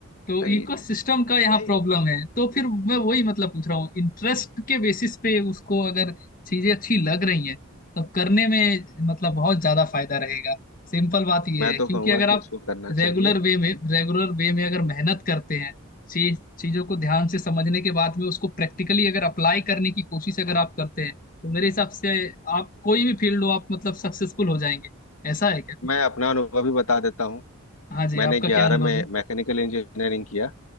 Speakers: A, on the left; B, on the left.
A: तो
B: सही
A: इकोसिस्टम का यहाँ
B: यही
A: प्रॉब्लम
B: है
A: है तो फिर मैं वही मतलब पूछ रहा हूँ इंटरेस्ट के बेसिस पे उसको अगर चीजें अच्छी लग रही हैं तब करने में मतलब बहुत ज्यादा फायदा रहेगा सिंपल बात ये
B: मैं
A: है
B: तो
A: क्योंकि
B: कहूंगा
A: अगर आप
B: कि उसको करना चाहिए
A: रेगुलर वे में रेगुलर वे में अगर मेहनत करते हैं चीज चीजों को ध्यान से समझने के बाद में उसको प्रैक्टिकली अगर अप्लाई करने की कोशिश अगर आप करते हैं तो मेरे हिसाब से आप कोई भी फील्ड हो आप मतलब सक्सेसफुल हो जाएंगे ऐसा है क्या कुछ
B: मैं अपना अनुभव भी बता देता हूँ
A: हाँ जी
B: मैंने
A: आपका
B: ग्यारह
A: क्या अनुभव
B: में
A: है
B: मैकेनिकल इंजीनियरिंग किया